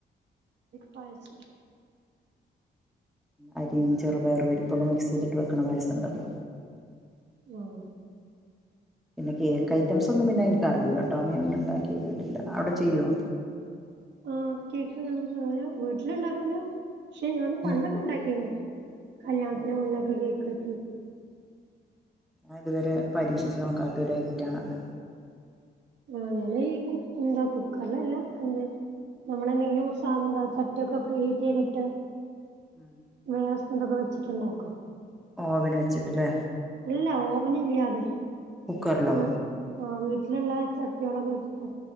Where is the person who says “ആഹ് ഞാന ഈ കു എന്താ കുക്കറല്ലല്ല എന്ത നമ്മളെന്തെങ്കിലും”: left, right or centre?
Right